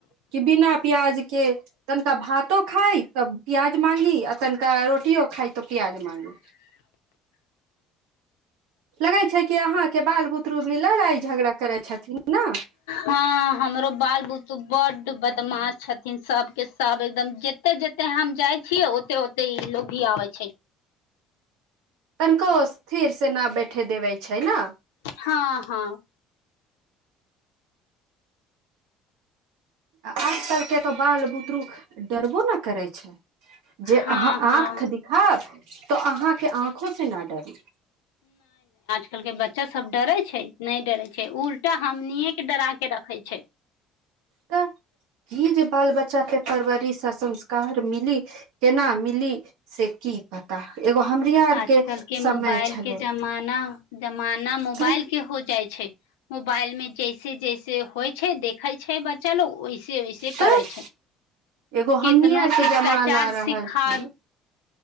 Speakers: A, on the right; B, on the left.
A: कि बिना प्याज के तनिका भातो खाइ त प्याज मांगी आ तनिका रोटियो खाइ त प्याज मांगी। लगै छै कि अहाँके बाल बुतरू मे लड़ाइ झगड़ा करै छथिन ने
B: हां, हमरो बाल बुतरु बड् बदमाश छथिन सबके सब एकदम, जते जते हम जाइ छियै ओते ओते ई लोग भी आबै छै।
A: कनिको थिर से ना बैठे देबै छै ना।
B: हँ हँ
A: आ आज कलके त बाल बुतरू डरबो ना करै छै। जे
B: हँ
A: अहाँ
B: हँ
A: आंख देखाओत त अहाँके आँखो से ना डरी।
B: आइ कालिके बच चा सब डरे छै, नै डरे छै, उल्टा हमनिये के डरा के के रखै छै।
A: त, ई जे बाल बच्चाके परवरिश आ संस्कार मिली, केना मिली से कि पता। एगो हमरी आर
B: आजकल के
A: समय
B: मोबाइल
A: छलै
B: के जमाना, जमाना मोबाइल
A: तऽ
B: के हो जाइ छै, मोबाइल में जैसे जैसे होइ छै, देखे छै बच चलो वैसे वैसे
A: तऽ
B: करै छै,
A: एगो
B: कितनो
A: हमनी आर के
B: शिष्टाचार
A: जमाना
B: सिखाब
A: रहल छलै